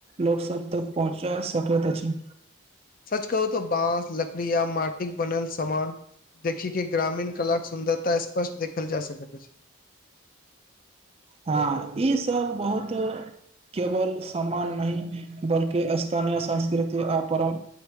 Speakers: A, on the right; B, on the left.
A: लोग सब तक पहुँचा सकैत अछि
B: सच कहू त बाँस लकड़ी या माटिके बनल सामान देखि कि ग्रामीण कला सुन्दरता स्पष्ट देखल जा सकैत अछि
A: हाँ ईसब बहुत केवल सम्मान नहि बल्कि स्थानीय संस्कृति आ परम